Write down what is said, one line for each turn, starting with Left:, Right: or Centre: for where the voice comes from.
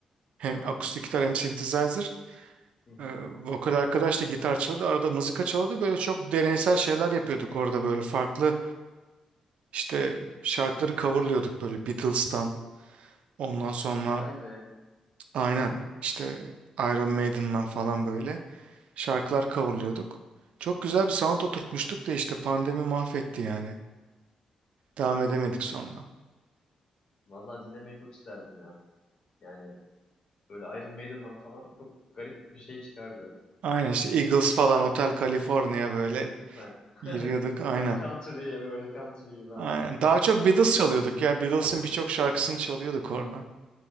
Right: Hem
Left: Vay.
Right: akustik gitar hem synthesizer.
Left: Hı hı.
Right: Ee, vokal arkadaş da gitar çalıyordu. Arada mızıka çalıyordu. Böyle çok deneysel şeyler yapıyorduk orada böyle farklı işte şarkıları coverlıyorduk böyle Beatles'tan. Ondan sonra
Left: Vay be.
Right: aynen işte Iron Maiden'dan falan böyle şarkılar coverlıyorduk. Çok güzel bir sound oturtmuştuk da işte pandemi mahvetti yani. Devam edemedik sonra.
Left: Vallahi dinlemeyi çok isterdim ya. Yani Böyle Iron Maiden'dan falan çok garip bir şey çıkardı.
Right: Aynen işte Eagles falan Hotel California böyle
Left: Süper. <laughs>
Right: giriyorduk aynen.
Left: Tam country'ye böyle country gibi
Right: Aynen.
Left: artık.
Right: Daha çok Beatles
Left: Chill.
Right: çalıyorduk ya.
Left: Süper
Right: Beatles'ın
Left: ya.
Right: birçok şarkısını çalıyorduk orada.